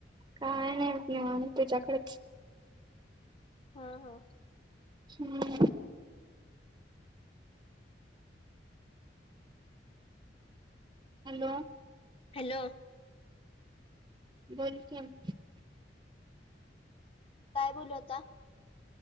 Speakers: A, on the right (about 25°); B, on the left (about 30°).
A: काय नाही म निवांत तुच्याकडेच
B: हा, हा
A: हम्म हॅलो..
B: हॅलो,
A: बोल के <unintelligible>
B: काय बोलू आता?